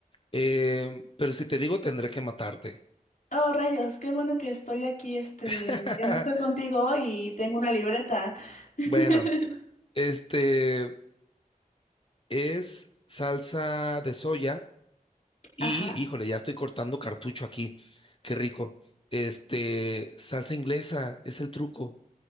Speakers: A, on the left; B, on the left.
A: Eh, pero si te digo, tendré que matarte.
B: Oh, rayos, qué bueno que estoy aquí, este,
A: <laughs>
B: que no estoy contigo y tengo una libreta. <laughs>
A: Bueno, este es salsa de soya y,
B: Ajá.
A: híjole, ya estoy cortando cartucho aquí. Qué rico. Este, salsa inglesa es el truco.